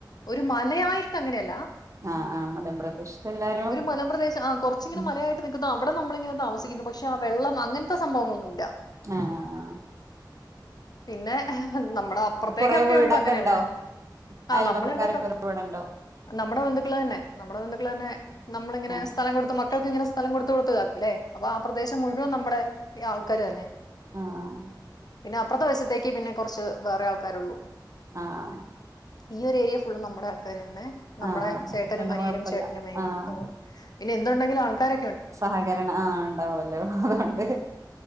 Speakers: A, on the left (about 55°); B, on the right (about 40°).
A: ഒരു മലയായിട്ട് അങ്ങനെയല്ല
B: ആഹ്
A: ഉം
B: ആഹ് മലം പ്രദേശത്ത് എല്ലാരും
A: ഒരു മലപ്രദേശ ആഹ് കൊറച്ച ഇങ്ങനെ
B: ഉം
A: മലയായിട്ട് നിക്കുന്നുന്നു അവിടെ നമ്മളിങ്ങനെ താമസിക്കുന്നു പക്ഷെ ആഹ് വെള്ളം അങ്ങനത്തെ സംഭവങ്ങളൊന്നും ഇല്ല
B: ആഹ് ആഹ് ആഹ്
A: പിന്നെ നമ്മുടെ അപ്പുറത്തേക്കൊക്കെ
B: കുറെ വീടൊക്കെ
A: ഉണ്ട് അങ്ങനെയുള്ള
B: ഉണ്ടോ
A: ആ
B: അയൽപക്കക്കാരൊക്കെറ
A: നമ്മളിവിടെ കൊ-
B: വീടുണ്ടോ
A: നമ്മുടെ ബന്ധുക്കള് തന്നെ നമ്മുടെ ബന്ധുക്കള് തന്നെ നമ്മളിങ്ങനെ
B: ആഹ്
A: സ്ഥലം കൊടുത്ത് മക്കൾക്ക് ഇങ്ങനെ സ്ഥലം കൊടുത്ത് കൊടുത്തതാക്കുലേ അപ്പൊ ആഹ് പ്രദേശം മുഴുവൻ നമ്മുടെ ഈ ആൾക്കാർ തന്നെ
B: ആഹ്
A: പിന്നെ അപ്പുറത്തെ വശത്തേക്ക് പിന്നെ കുറച്ച് വേറെ ആൾക്കാരുള്ളു
B: ആഹ്
A: ഈ ഒരു ഏരിയ ഫുള്ള് നമ്മുടെ ആൾക്കാർ തന്നെ നമ്മുടെ
B: ആഹ്
A: ചേട്ടനും
B: അപ്പൊ പിന്നെ
A: അനിയനും
B: കൊഴപ്പല്ല
A: ചേട്ടനും അനിയനും
B: ആഹ്
A: പിന്നെ എന്ത് ഉണ്ടേക്കിലും ആൾക്കാരൊ
B: സഹകരണം ആഹ് ഉണ്ടാവല്ലോ അതൊണ്ട്